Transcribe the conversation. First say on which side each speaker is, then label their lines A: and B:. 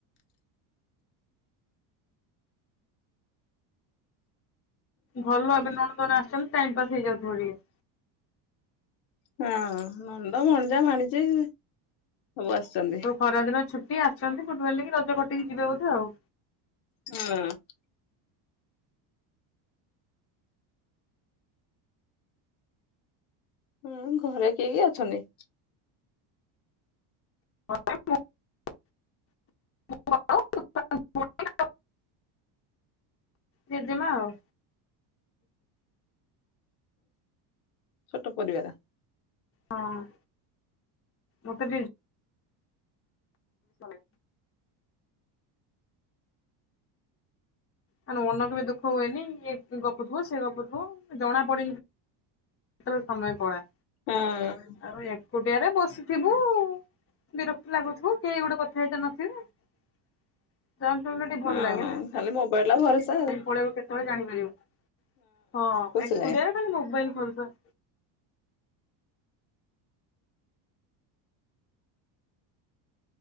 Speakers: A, on the left (about 30°); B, on the left (about 70°).
A: ଭଲ ଭାବେ ନଣନ୍ଦ ଆସିଛନ୍ତି ଟାଇମ ପାସ୍ ହେଇଯାଉଥିବ ଟିକେ
B: ହଁ ନଣନ୍ଦ ଭଣଜା ଭାଣିଜି ସବୁ ଆସିଛନ୍ତି।
A: ସବୁ ଖରା ଦିନ ଛୁଟି ଆସିଛନ୍ତି ଫୁଟ ବାରି ରଜ କଟିକି ଯିବେ ବୋଧେ ଆଉ।
B: ହୁଁ ହୁଁ ଘରେ କିଏ କିଏ ଅଛନ୍ତି?
A: <unintelligible> ଜେଜେମା ଆଉ
B: ଛୋଟ ପରିବାର।
A: ହଁ ମତେ ବି ତମେ ମାନେ ମନ କେବେ ଦୁଃଖ ହୁଏନି। ଇଏ ଗପୁଥିବ ସେ ଗପ ଥିବ ଜଣା ପଡେନି। କେତେବେଳେ ସମୟ ପଳାଏ।
B: ହୁଁ।
A: ଆଉ ଏକୁଟିଆରେ ବସିଥିବୁ। ବିରକ୍ତ୍ତି ଲାଗୁଥୁବ କେହି ଗୋଟେ କଥା ହେଇତ ନଥିବେ ଜଏଣ୍ଟ ଫ୍ୟାମିଲୀ ଟିକେ
B: ହଁ
A: ଭଲ ଲାଗେ ନା?
B: ଖାଲି ମୋବାଇଲ ର ଭରଶା।
A: ଲାଇନ୍ ପଳେଇବ କେତେବେଳେ ଜାଣିପାରିବ। ହଁ
B: ଖୁସି
A: ଏକୁଟିଆରେ
B: ଲାଗେ।
A: ଖାଲି ମୋବାଇଲ ପରୁଥା।